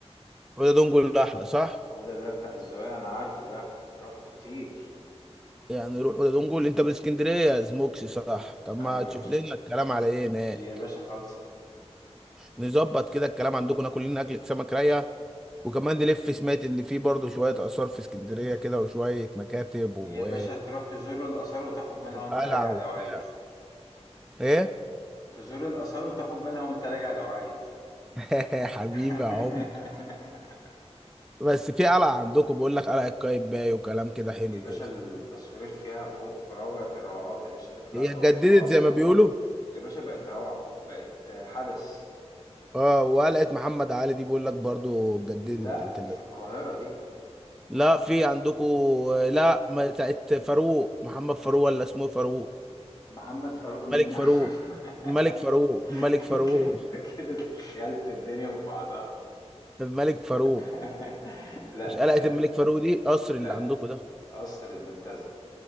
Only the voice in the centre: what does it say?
حوضة دونجل أحلى صح؟
يعني نروح حوضة دونجل أنت من اسكندرية زموكسي صح؟ طب ما
تشوف
لنا الكلام على إيه هناك
نظبط كده الكلام عندكم ناكل لنا أكلة سمك راية وكمان نلف سمعت إن في برضه شوية آثار في اسكندرية كده وشوية مكاتب و...
وقلعة
وبتاع
إيه؟
<laughs> حبيبي
يا عمر بس في قلعة عندكم بقول لك قلعة قايتباي وكلام كده حلو
كده
هي
اتجددت
زي ما بيقولوا
اه وقلقت محمد علي دي بيقول لك برضو اتجددت
بنت
اللذين
لا في عندكم لا ما بتاعت فاروق محمد فاروق ولا اسمه فاروق
ملك
فاروق
ملك فاروق ملك فاروق
الملك فاروق
مش قلقة
الملك فاروق دي قصر
اللي عندكم ده